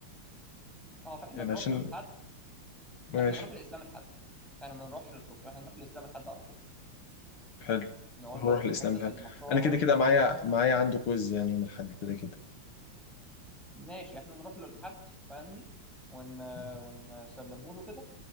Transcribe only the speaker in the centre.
اه فاحنا
نروح
له لحد
احنا نروح لاسلام الحد احنا ما نروحش للدكتور احنا نروح لاسلام الحد على طول
نقول
له يا باشمهندس
المشروع
اهو
ماشي احنا نروح له لحد فاهمني ون...
ونسلمه له كده